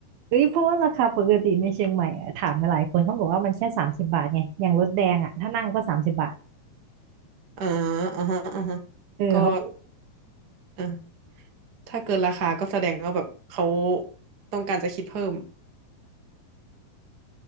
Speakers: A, on the right; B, on the right.
A: เอ้ยเพราะว่าราคาปกติในเชียงใหม่อะถามมาหลายคนเขาบอกว่ามันแค่สามสิบบาทไงอย่างรถแดงอ่ะถ้านั่งก็สามสิบบาท
B: อ่าอ่าฮะอ่าฮะ
A: เออเขา
B: ก็เออถ้าเกินราคาก็แสดงว่าแบบเขาต้องการจะคิดเพิ่ม